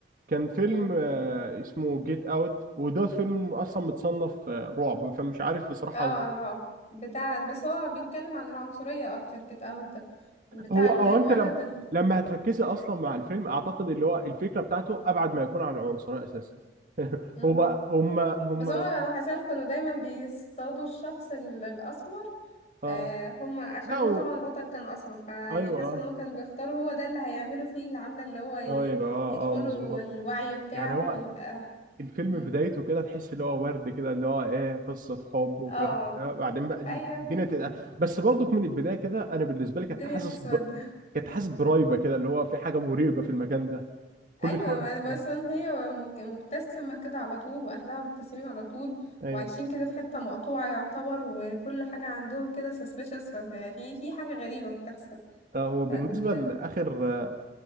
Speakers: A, on the right; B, on the left.
A: كان فيلم
B: مم.
A: آه، اسمه جيت اوت وده فيلم اصلا متصنف آه، رعب فمش عارف بصراحه
B: اه
A: هو
B: رعب بتاع بس هو بيتكلم عن العنصرية اكتر جيت اوت ده بتاع
A: هو او
B: ال- الولد
A: انت لما
B: ال...
A: لما هتركزي اصلا مع الفيلم اعتقد اللي هو الفكره بتاعته ابعد ما يكون عن العنصريه اساسا <laughs>
B: مم.
A: هو هم هم
B: بس هما انا حسام كانوا دايما بيصطادوا الشخص ال- الاسمر
A: اه
B: آه هما عشان
A: لا هو
B: هو طبعا البطل كان اسمر فيعني
A: ايوه
B: حاسه
A: آه،
B: ان هو كانوا بيختاروا هو ده اللي هيعملوا فيه العملة اللي هو ي...
A: ايوه اه
B: يدخلوا
A: اه مظبوط
B: الوعي بتاعه
A: يعني هو
B: ويبقى
A: الفيلم
B: مم.
A: من بدايته كده تحس اللي هو ورد كده اللي هو ايه قصه حب وكلام
B: اه
A: من ده بعدين بقى دي
B: ايوه
A: الدنيا تبقى بس برضك من البدايه كده انا بالنسبه لي كنت
B: <laughs> الدنيا
A: حاسس
B: بتسود
A: ب... كنت حاسس برايبه كده اللي هو في حاجه مريبه في المكان ده كل
B: ايوه
A: شويه
B: ما-
A: <laughs>
B: مثلا هي مك- مبتسمه كده على طول واهلها مبتسمين على طول
A: ايوه
B: وعايشين كده في حته مقطوعه يعتبر وكل حاجه عندهم كده suspicious ففي في حاجه غريبه بتحصل
A: آه، هو بالنسبه
B: فال
A: لاخر آه،